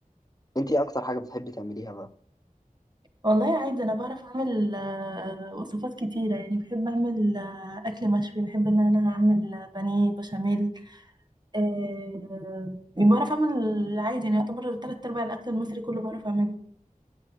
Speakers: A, on the left (about 25°); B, on the right (about 30°).
A: أنت إيه أكتر حاجة بتحبي تعمليها بقى؟
B: والله عادي انا بعرف اعمل آه، وصفات كتيرة يعني بحب اعمل آه، اكل مشوي بحب ان انا اعمل بانيه بشاميل آه، بعرف اعمل عادي يعني يعتبر تلات ارباع الاكل المصري كله بعرف اعمله